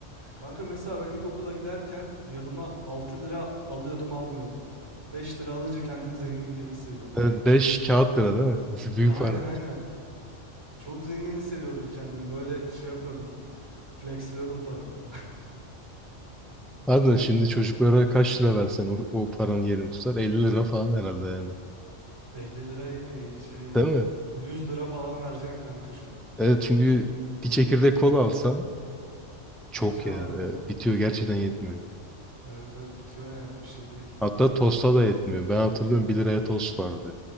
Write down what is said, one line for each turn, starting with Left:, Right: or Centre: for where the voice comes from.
Right: Kanka mesela ben ilkokula giderken yanıma 6 lira alıyordum almıyordum. 5 lira alınca kendimi zengin gibi hissediyordum.
Centre: Evet, 5 kağıt lira değil mi? Nasıl büyük
Right: Aynen
Centre: para.
Right: aynen. Çok zengin hissediyordum kendimi. Böyle şey yapıyordum. Flexliyordum paramı.
Centre: Harbiden şimdi çocuklara kaç lira versen o, o paranın yerini tutar? elli lira falan herhalde yani.
Right: <laughs> Elli lira yine şey ya.
Centre: Değil mi?
Right: 100 lira falan vereceksin kanka şu an.
Centre: Evet çünkü bir çekirdek kola alsan çok
Right: Bitiyor
Centre: ya.
Right: abi.
Centre: Evet, bitiyor gerçekten yetmiyor.
Right: Evet evet bitiyor yani bir şey değil.
Centre: Hatta tosta da yetmiyor. Ben hatırlıyorum bir liraya tost vardı